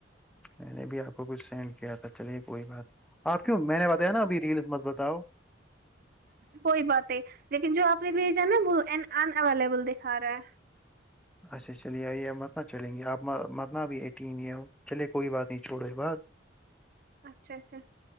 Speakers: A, in the centre; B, on the right.
A: میں نے بھی آپ کچھ سینڈ کیا تھا چلیے کوئی بات نہیں آپ کیوں میں نے بتایا نا ابھی ریلس مت بتاؤ
B: کوئی بات نہیں لیکن جو آپ نے بھیجا نا وہ ان ان اویلیبل دکھا رہا ہے
A: اچھا چلیے آئیے مت نا چلیں گے آپ مت نا بھی ایٹین یے چلیے کوئی بات نہیں چھوڑو یے بات
B: اچھا اچھا